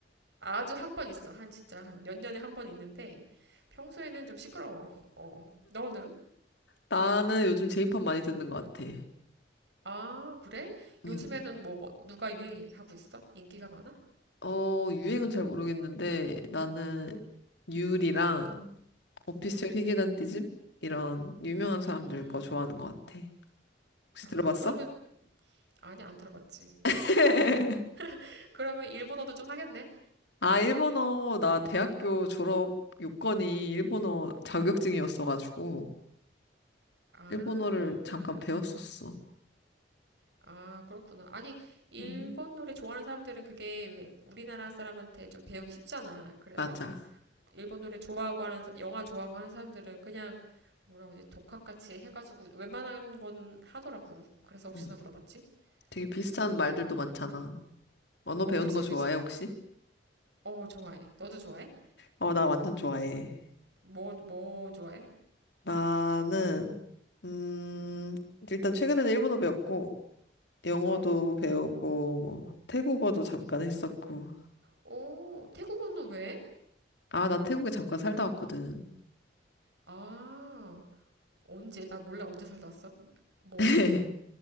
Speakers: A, on the right; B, on the left.
A: 아주 한 번 있어. 한 진짜 한 몇 년에 한 번 있는데 평소에는 좀 시끄러워. 어. 너는?
B: 나는 요즘 제이팝 많이 듣는 것 같아.
A: 아, 그래?
B: 음.
A: 요즘에는 뭐 누가 유행하고 있어? 인기가 많아?
B: 어, 유행은 잘 모르겠는데, 나는 유리랑 오피셜 히게단디즘? 이런 유명한
A: 음.
B: 사람들 거 좋아하는 것 같아. 혹시
A: 아,
B: 들어봤어?
A: 그러면, 아니, 안 들어봤지.
B: <laughs>
A: <laughs> 그러면 일본어도 좀 하겠네?
B: 아, 일본어, 나 대학교 졸업 요건이 일본어 자격증이었어가지고,
A: 아,
B: 일본어를 잠깐 배웠었어.
A: 아, 그렇구나. 아니, 일본
B: 음,
A: 노래 좋아하는 사람들은 그게 왜 우리나라 사람한테 좀 배우기 쉽잖아. 그래서
B: 맞아.
A: 일본 노래 좋아하고 하는, 사- 영화 좋아하고 하는 사람들은 그냥 뭐라고 하지? 독학같이 해가지고 웬만한 건 하더라고. 그래서 혹시나
B: 음,
A: 물어봤지?
B: 되게 비슷한
A: 음,
B: 말들도 많잖아. 언어
A: 어,
B: 배우는
A: 그지,
B: 거 좋아해,
A: 그지.
B: 혹시?
A: 어, 좋아해. 너도 좋아해?
B: 어, 나 완전 좋아해.
A: 뭐, 뭐 좋아해?
B: 나는, 음, 일단 최근에는 일본어 배웠고, 영어도
A: 음.
B: 배우고, 뭐, 태국어도 잠깐 했었고.
A: 오, 태국어는 왜?
B: 아, 나 태국에 잠깐 살다 왔거든.
A: 아, 언제? 나 몰래 언제 살다 왔어? 뭐,
B: <laughs>